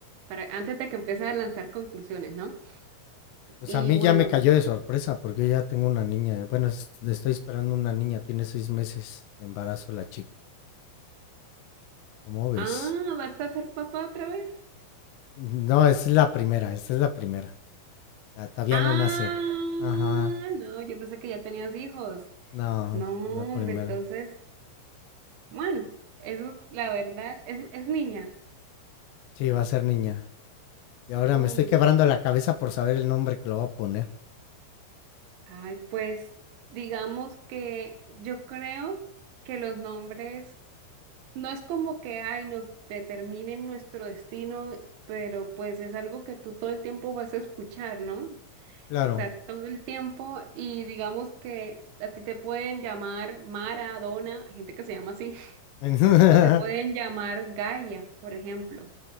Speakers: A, on the right; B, on the left.
A: para, antes de que empiece a lanzar conclusiones, ¿no?
B: Pues
A: Y
B: a mí
A: bueno,
B: ya me cayó de sorpresa porque yo ya tengo una niña. Bueno, es- estoy esperando una niña, tiene seis meses de embarazo la chica. ¿Cómo ves?
A: ah, ¿vas a ser papá otra vez?
B: No, esa es la primera, Esta es la primera. Ah, Todavía
A: Ah,
B: no nace. Ajá.
A: no, yo pensé que ya tenías hijos.
B: No,
A: No, hombre,
B: la primera.
A: entonces, bueno, eso la verdad, es, es niña.
B: Sí, va a ser niña. Y ahora
A: Uy.
B: me estoy quebrando la cabeza por saber el nombre que lo va a poner.
A: Ay, pues digamos que yo creo que los nombres no es como que ay nos determinen nuestro destino, pero pues es algo que tú todo el tiempo vas a escuchar, ¿no? O
B: Claro.
A: sea, todo el tiempo y digamos que a ti te pueden llamar Mara, Donna, hay gente que se llama así,
B: <laughs>
A: <laughs> o te pueden llamar Gaia, por ejemplo.